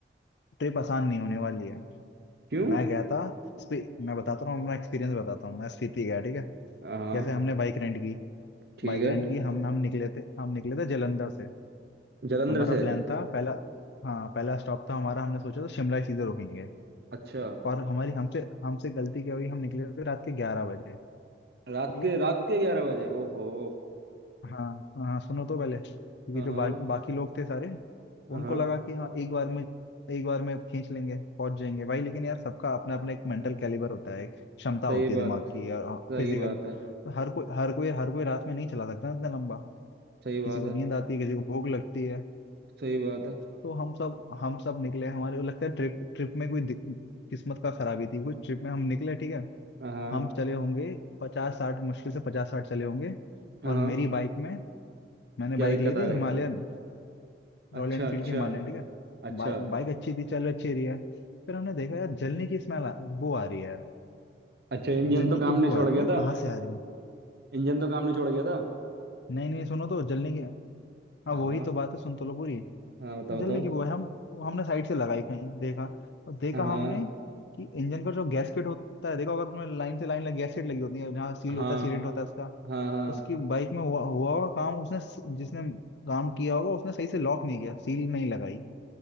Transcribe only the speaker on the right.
क्यों
हाँ
ठीक
है
जलंधर
से
अच्छा
रात के
रात के ग्यारह बजे ओहो
हाँ
हाँ
हाँ
हाँ।
सही
बात
सही
बात
है
सही बात
है
सही बात है
हाँ हाँ
हाँ।
क्या
दिक्कत
आ गई
अच्छा
अच्छा
अच्छा
अच्छा इंजन
तो
काम
नहीं
छोड़
गया
था
इंजन तो काम नहीं छोड़ गया था
हाँ
हाँ बताओ
बताओ
हाँ
हाँ
हाँ हाँ